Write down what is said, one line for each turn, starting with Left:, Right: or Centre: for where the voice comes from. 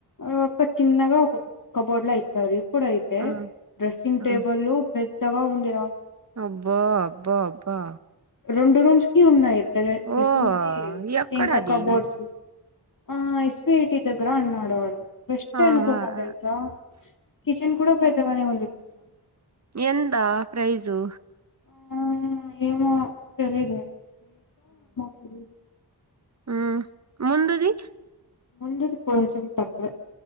Left: ఆహ్, ఒక చిన్నగా ఒకక్క కబొడ్లు అయ్యి ఇచ్చారు. ఇప్పుడైతే
Right: హ్మ్.
Left: డ్రెస్సింగ్
Right: హ్మ్.
Left: టేబుల్లు పెద్. ద్దగా ఉంది రా.
Right: అబ్బో అబ్బా అబ్బా.
Left: రెండు రూమ్స్ కి ఉన్నాయి. డ్రే డ్రెస్సింగ్వి
Right: ఓహ్! ఎక్కడది?
Left: ఇంకా కబొడ్స్. ఆ ఎస్వి ఐటి దగ్గర అన్నాడు. ఆడు. బెస్ట్
Right: ఆహా!
Left: అనుకున్నా తెలుసా.
Right: ఆ!
Left: కిచెన్ కూడా పెద్దగానే ఉంది కొంచెం.
Right: ఎంత ప్రైజు.
Left: ఆ ఏమో తెలిదు ఏమో తెలీదు
Right: హ ముందుది
Left: ముందది కొంచం తక్కువే